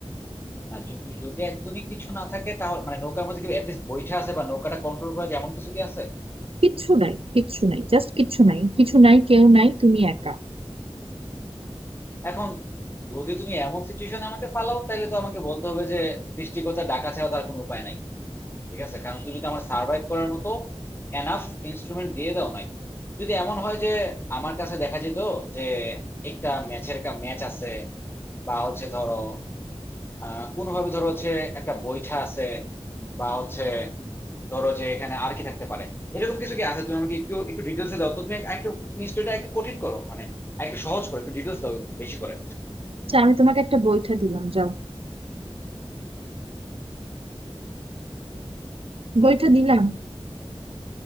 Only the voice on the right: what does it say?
কিচ্ছু নাই কিচ্ছু নাই জাস্ট কিচ্ছু নাই কিছু নাই কেউ নাই তুমি একা
আচ্ছা আমি তোমাকে একটা বইটা দিলাম যাও বইটা দিলাম